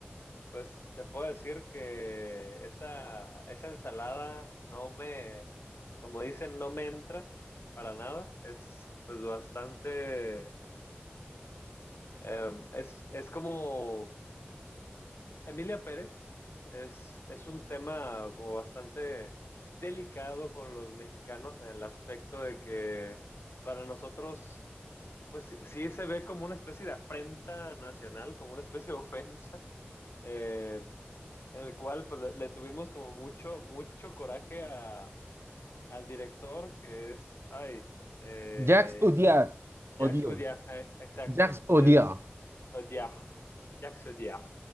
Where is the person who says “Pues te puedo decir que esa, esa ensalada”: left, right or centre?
Left